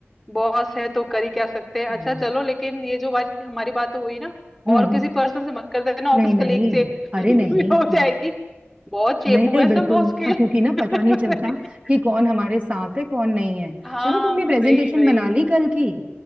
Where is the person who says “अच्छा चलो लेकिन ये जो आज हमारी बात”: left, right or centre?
Centre